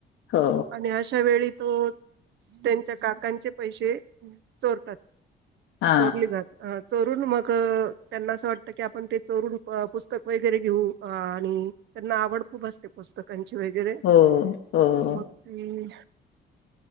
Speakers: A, on the left; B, on the right.
A: हो
B: आणि अशा वेळी तो, त्यांच्या काकांचे पैसे. चोरतात
A: हा
B: चोरली जात. चोरून मग त्यांना असं वाटतं, की आपण ते चोरून पुस्तक वगैरे घेऊ आणि त्यांना आवड खूप असते पुस्तकांची वगैरे,
A: हो हो
B: मग ती